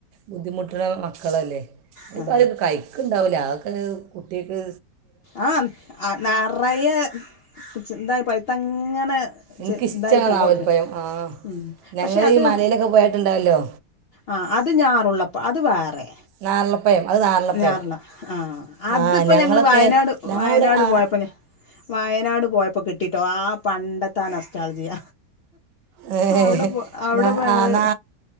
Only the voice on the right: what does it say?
ബുദ്ധിമുട്ടുള്ള മക്കളല്ലേ അതിപ്പം
അതൊക്കെ കഴിക്കും ഇക്ക ഉണ്ടാവില്ല ആൾക്ക് കുട്ടിക്ക്
എനിക്കിഷ്ടമാണ്
നാവൽപ്പഴം
ആഹ് ഞങ്ങൾ
ഈ മലയിലൊക്കെ പോയിട്ടുണ്ടാവല്ലോ
നാരളപ്പഴം അത് നാരളപ്പഴം
ആഹ് ഞങ്ങളൊക്കെ
ഞങ്ങളവിടെ
ആഹ്
ഹേ
ഹേ
നാ
നാ